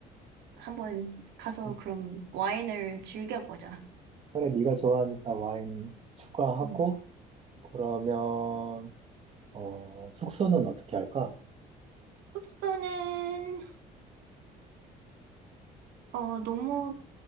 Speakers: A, on the right; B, on the right.
A: 한번 가서
B: 음,
A: 그럼 와인을 즐겨보자.
B: 그래, 네가 좋아하니까 와인 추가하고,
A: 음.
B: 그러면, 어, 숙소는 어떻게 할까?
A: 소스는 어, 너무